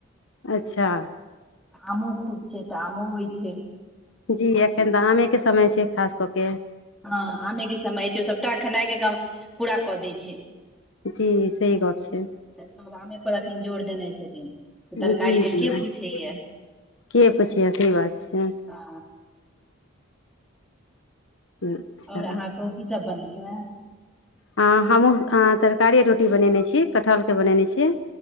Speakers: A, on the left (about 65°); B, in the centre.
A: अच्छा
B: आमो खुब छैय त, आमो होइ छैय
A: जी एखन त आमे के समय छै खास कऽ के
B: ह आमे के समय छै सभटा खेनाइ के काम पूरा कऽ दै छै
A: जी सही गप छै
B: तऽ सभ आमे पर एखन जोर देने छथिन तऽ
A: जी
B: तरकारी के
A: के
B: के पूछैया
A: पुछय सही बात छै
B: आ
A: अच्छा
B: ओर अहाँ कहू कि सभ बनले हए
A: हँ हमहूँ तरकारीए रोटी बनेने छी कटहरके बनेने छी।